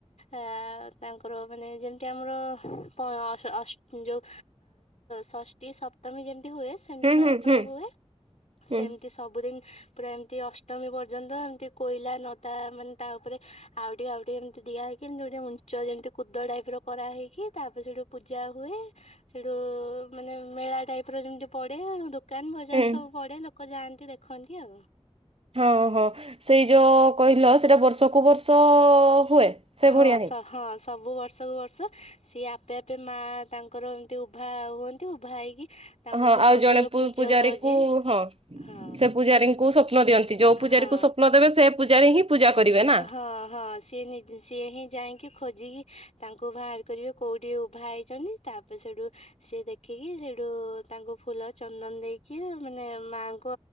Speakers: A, on the left; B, on the right.
A: ଆ ତାଙ୍କର ମାନେ ଯେମିତି ଆମର ଯୋଉ ଷଷ୍ଠୀ ସପ୍ତମୀ ଯେମିତି ହୁଏ ସେମିତି
B: ହୁଁ
A: ମାଆଙ୍କର
B: ହୁଁ ହୁଁ
A: ହୁଏ।
B: ହୁଁ
A: ସେମିତି ସବୁଦିନ ପୁରା ଏମିତି ଅଷ୍ଟମୀ ପର୍ଯ୍ୟନ୍ତ ଏମିତି କୋଇଲା ନଦା ମାନେ ତା ଉପରେ ଆଉ ଟିକେ ଆଉ ଟିକେ ଏମତିି ଦିଆହେଇକି, ଗୋଟେ ଉଞ୍ଚ ଯେମିତି କୁଦ ଟାଇପ ର କରା ହେଇକି ତାପରେ ସେଇଠି ପୂଜା ହୁଏ ସେଠୁ ମାନେ ମେଳା ଟାଇପ ର ଯେମିତି ପଡେ ଦୋକାନ ବଜାର
B: ହୁଁ।
A: ସବୁ ପଡେ ଲୋକ ଯାଆନ୍ତି ଦେଖନ୍ତି ଆଉ
B: ଓ ହଁ ସେଇ ଯୋଉ କହିଲ ସେଇଟା ବର୍ଷକୁ ବର୍ଷ ହୁଏ ସେ
A: ହଁ
B: ଭଳିଆ ହିଁ।
A: ହଁ ସବୁବର୍ଷ। ବର୍ଷକୁ ବର୍ଷ ସିଏ ଆପେ ଆପେ ମା ତାଙ୍କର ଏମତି ଉଭା ହୁଅନ୍ତି ଉଭା ହେଇକି ତାଙ୍କ
B: ହଁ
A: ସେ
B: ଆଉ
A: ମନ୍ଦିର
B: ଜଣେ ପୂଜାରୀ
A: ପୂଜକ ଯିଏ
B: କୁ ହଁ
A: ହଁ
B: ସେ ପୂଜାରୀଙ୍କୁ ସ୍ୱପ୍ନ ଦିଅନ୍ତି ଯୋଉ ପୂଜାରୀ
A: ହଁ
B: ସ୍ୱପ୍ନ ଦେବେ ସେ ପୂଜାରେ ହିଁ ପୂଜା କରିବେ ନା।
A: ହଁ ହଁ ସିଏ ସିଏ ହିଁ ଯାଇକି ଖୋଜିକି ତାଙ୍କୁ ବାହାର କରିବେ କୋଉଠି ଉଭା ହେଇଛନ୍ତି। ତାପରେ ସେଠୁ ସିଏ ଦେଖିକି ସେଠୁ ତାଙ୍କୁ ଫୁଲ ଚନ୍ଦନ ଦେଇକି ମାନେ ମାଙ୍କୁ